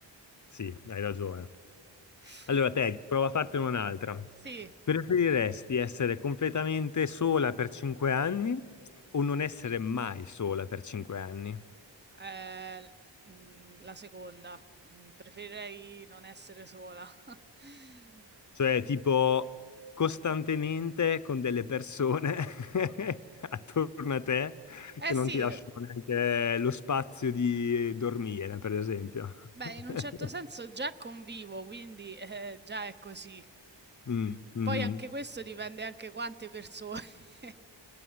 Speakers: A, on the left (about 40°); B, on the right (about 25°).
A: sì, hai ragione.
B: <laughs>
A: Allora, te, prova a fartene un'altra.
B: Sì.
A: Preferiresti essere completamente sola per cinque anni o non essere mai sola per cinque anni?
B: Ehm, mhmm, la seconda. Mhmm, preferirei non essere sola. <laughs>
A: Cioè, tipo, costantemente con delle persone <laughs> attorno a te
B: Eh
A: che
B: sì,
A: non ti lasciano
B: eh,
A: neanche lo spazio di dormire, per esempio.
B: beh, in un certo
A: <laughs>
B: senso già convivo, quindi, eh, già è così.
A: Mm, mm.
B: Poi anche questo dipende anche quante persone. <laughs>